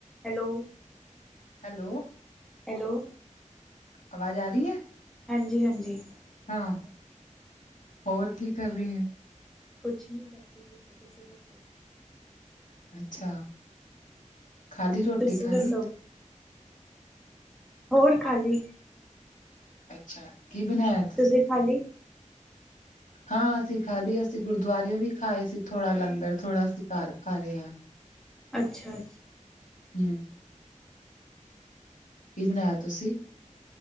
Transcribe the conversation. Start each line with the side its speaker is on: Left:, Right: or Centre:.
Centre: Hello.
Left: Hello.
Centre: Hello.
Left: ਆਵਾਜ਼ ਆ ਰਹੀ ਹੈ।
Centre: ਹਾਂਜੀ -ਹਾਂਜੀ।
Left: ਹਾਂ, ਹੋਰ ਕੀ ਕਰ ਰਹੀ ਹੈ।
Centre: ਕੁਛ ਨਹੀਂ ਬੈਠੀ ਪਈ ਸੀ ਤੁਸੀਂ ਦੱਸੋ।
Left: ਅੱਛਾ। ਖਾਲੀ ਰੋਟੀ
Centre: ਤੁਸੀਂ
Left: ਖਾਲੀ?
Centre: ਦੱਸੋ ਹੋਰ ਖਾਲੀ
Left: ਅੱਛਾ, ਕੀ ਬਣਾਇਆ।
Centre: ਤੁਸੀਂ ਖਾਲੀ।
Left: ਹਾਂ ਅਸੀਂ ਖਾ ਲਈ ਅਸੀਂ ਗੁਰਦੁਆਰੇ ਵੀ ਖਾਏ ਸੀ ਥੋੜਾ ਲੰਗਰ ਥੋੜਾ ਅਸੀਂ ਘਰ ਖਾ ਲੲਇਆ।
Centre: ਅੱਛਾ- ਅੱਛਾ
Left: ਹਮ
Centre: ਕੁਛ
Left: ਕੀ ਬਣਾਇਆ ਤੁਸੀਂ?